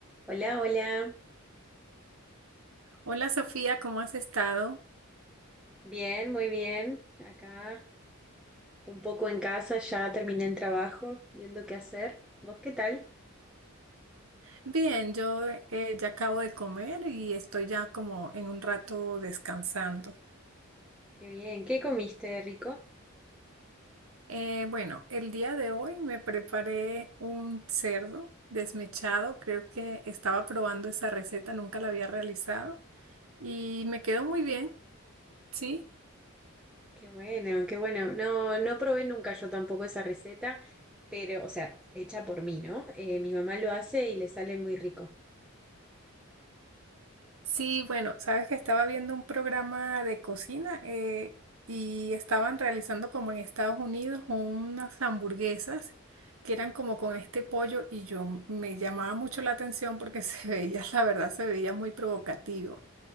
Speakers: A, in the centre; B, on the right (about 75°).
A: Hola, hola.
B: Hola Sofía, ¿cómo has estado?
A: Bien, muy bien. Acá un poco en casa, ya terminé el trabajo, viendo qué hacer. ¿Vos qué tal?
B: Bien, yo eh, ya acabo de comer y estoy ya como en un rato descansando.
A: Qué bien. ¿Qué comiste, rico?
B: Eh, bueno, el día de hoy me preparé un cerdo desmechado, creo que estaba probando esa receta, nunca la había realizado y me quedó muy bien, sí.
A: Qué bueno, qué bueno. No, no probé nunca yo tampoco esa receta, pero, o sea, hecha por mí, ¿no? Eh, mi mamá lo hace y le sale muy rico.
B: Sí, bueno, sabes que estaba viendo un programa de cocina eh, y estaban realizando como en Estados Unidos unas hamburguesas que eran como con este pollo y yo m- me llamaba mucho la atención porque se <laughs> veía, la verdad, se veía muy provocativo.